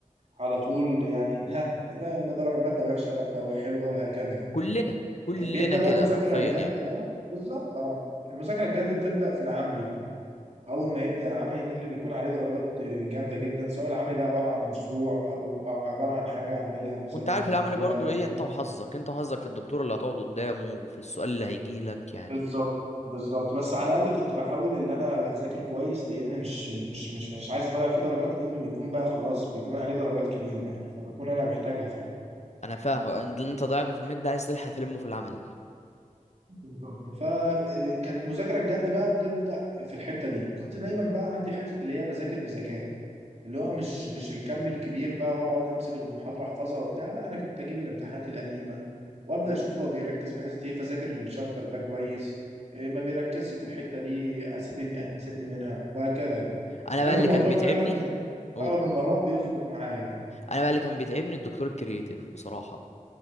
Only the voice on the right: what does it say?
على طول يعني ها ده درجة مادة وحشة مادة حلوة وهكذا
يعني.
بيبدأ
بقى المذاكرة
الجد
بقى بالظبط اه المذاكرة الجد بتبدأ في العملي بقى أول ما يبدأ العملي إن اللي بيكون عليه درجات جامدة جدا سواء العملي ده عبارة عن مشروع أو عبارة عن حاجة أعملها مثلا
في
لاب أو
أي
بالظبط بالظبط بس على الاقل كنت بحاول ان انا ابقى اذاكر كويس لان مش مش مش مش عايز اضيع فيه درجات لانه بيكون بقى خلاص بيكون عليه درجات كبيره يعني فبكون انا محتاجها فعلا
بالظبط فكانت المذاكره الجد بقى بتبدا في الحته دي وكنت دايما بقى عندي حته اللي هي بذاكر بذكاء اللي هو مش مش الكم الكبير بقى واقعد امسك المحاضره احفظها وبتاع لا انا كنت اجيب الامتحانات القديمه وابدا
اشوف هو بيركز في حته ايه فذاكر الشابتر ده كويس إيه ما بيركزش في الحته دي اسيبني اسيبني منها وهكذا يعني
وكان
الموضوع
فعلا
اغلب المرات
بيظبط معايا يعني